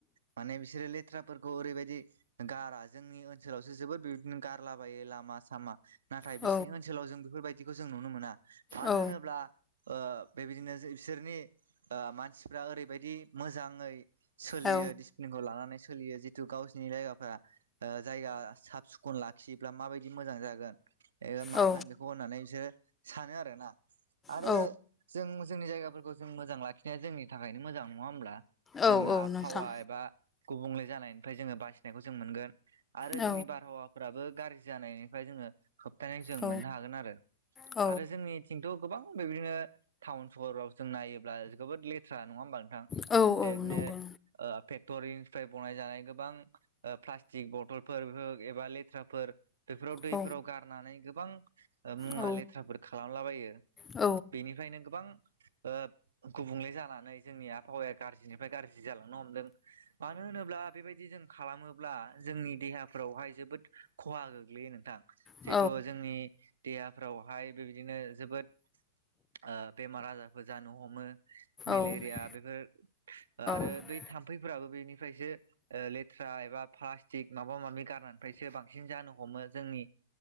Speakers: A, on the right; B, on the left.
A: माने बिसोरो लेथ्राफोरखौ ओरैबायदि गारा जोंनि ओनसोलावसो जोबोद बि बिब्दिनो गारलाबायो लामा सामा नाथाय
B: औ
A: बिसिनि ओनसोलाव जों बेफोरबायदिखौ जों नुनो मोना मानो
B: औ
A: होनोब्ला ओ बेबायदिनो बो बिसोरनि ओ मानसिफ्रा ओरैबायदि मोजाङै सोलियो
B: औ
A: डिसिप्लिनखौ लानानै सोलियो जितु गावसिनि जायगाफ्रा ओ जायगा साब सि खन लाखियोब्ला माबायदि मोजां जागोन ओ मागोन
B: औ
A: बे खौ होननानैसो सानो आरोना आरो
B: औ
A: जों जोंनि जायगाफोरखौ जों मोजां लाखिनाया जोंनि थाखायनो मोजां नङा होमब्ला? जोङो
B: औ
A: आबहावा
B: नोंथां
A: एबा गुबुंले जानायनिफ्राय जोङो बासिनायखौ जों मोनगोन आरो
B: औ
A: जोंनि बारहावा फोराबो गारज्रि जानायनिफ्राय जोङो होबथानाय जों
B: औ
A: मोननो हागोन आरो
B: औ
A: आरो जोंनि खिन्टु गोबां बेबायदिनो टाउन सहराव जों नायो ब्ला जोबोद लेथ्रा नङा ओमबा नोंथां
B: औ
A: बेबादिनो
B: औ नंगौ
A: ओ फेक्टरिनिफ्राय बनाय जानाय गोबां ओ प्लास्टिक बथलफोर एबा लेथ्राफोर बेफोराव दैफोराव
B: औ
A: गार गारनानै गोबां मुवा
B: औ
A: लेथ्राफोर खालामलाबायो
B: औ
A: बेनिफ्रायनो गोबां ओ गुबुंले जानानै जोंनि आबहावाया गाज्रिनिफ्राय गाज्रि जालांनो हमदों। मानो होनोब्ला बेबायदि जों खालामो ब्ला जोंनि देहाफोरावहाय जोबोद खहा गोग्लैयो नोंथां जिहेथु
B: औ
A: जोंनि देहाफ्रावहाय बेबायदिनो जोबोद ओ बेमार आजारफोर जानो हमो। मेलेरिया
B: औ
A: बेफोर आरो
B: औ
A: बै
B: औ
A: थाम्फैफोराबो बेनिफ्रायसो ओ लेथ्रा एबा प्लास्टिक माबा माबि गारनायनिफ्रायसो बांसिन जानो हमो जोंनि